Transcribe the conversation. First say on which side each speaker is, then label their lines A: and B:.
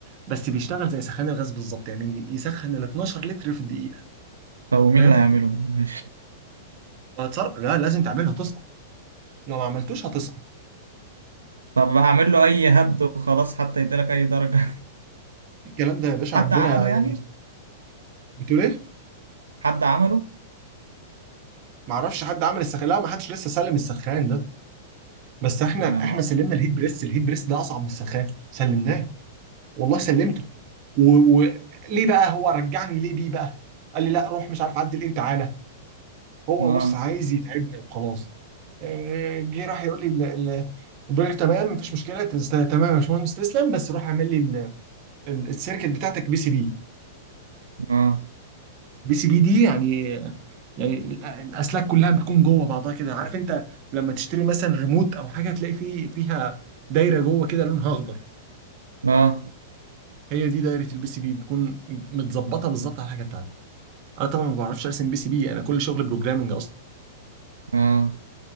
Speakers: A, on the right (about 40°); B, on the right (about 75°).
A: بس بيشتغل زي سخان الغاز بالظبط يعني يسخن ال 12 لتر في الدقيقه
B: طب ومين
A: فاهم
B: اللي هيعمله ده معلش
A: وهتصرف لا لازم تعملها هتسقط لو ما عملتوش هتسقط
B: طب هعمل له اي هبد وخلاص حتى يديلك اي درجة
A: فالكلام ده يا
B: <laughs>
A: باشا
B: حد
A: عندنا
B: عمله يعني
A: يعني بتقول ايه
B: حد عمله
A: ما اعرفش حد عمل السخان لا ما حدش لسه سلم السخان ده بس احنا
B: يا نهار
A: احنا سلمنا الهيت بريس الهيت بريس ده اصعب من السخان سلمناه والله سلمته وليه بقى هو رجعني ليه بيه بقى قال لي لا روح مش عارف عدل ايه وتعالى هو
B: اه
A: بص عايز يتعبني وخلاص آه، جه راح يقول لي ال- ال- البروجكت تمام مفيش مشكله تست- تمام يا باشمهندس تسلم بس روح اعمل لي ال- ال- السيركت بتاعتك بي سي بي
B: اه
A: بي سي بي دي يعني يعني ال- الاسلاك كلها بتكون جوه بعضها كده عارف انت لما تشتري مثلا ريموت او حاجه تلاقي فيه فيها دايره جوه كده لونها اخضر
B: اه
A: هي دي دايره البي سي بي بتكون متظبطه بالظبط على الحاجه بتاعتك انا طبعا ما بعرفش ارسم بي سي بي انا كل شغل بروجرامنج اصلا
B: اه